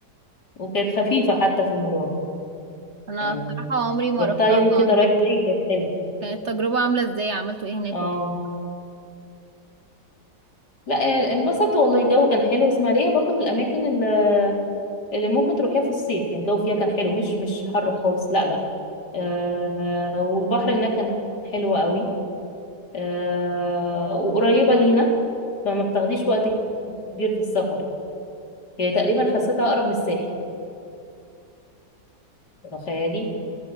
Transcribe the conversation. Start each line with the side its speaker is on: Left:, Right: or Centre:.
Left: وكانت خفيفة حتى في المرور
Right: انا
Left: يعني
Right: بصراحة عمري ما
Left: رحتها
Right: رحتها
Left: يوم كده رايح
Right: طب
Left: جاي كانت حلوة
Right: كانت التجربة عاملة ازاي عملتوا ايه هناك
Left: اه
Right: وكده
Left: لا آه، انبسطت والله الجو كان حلو اسماعيلية برضو من الأماكن اللي اللي ممكن تروحيها في الصيف يعني الجو فيها كان حلو مش مش حر خالص لا لا آه آه، والبحر هناك كان حلو قوي آه وقريبة لينا فما بتاخديش وقت كبير في السفر هي تقريبا حسيتها أقرب من الساحل تخيلي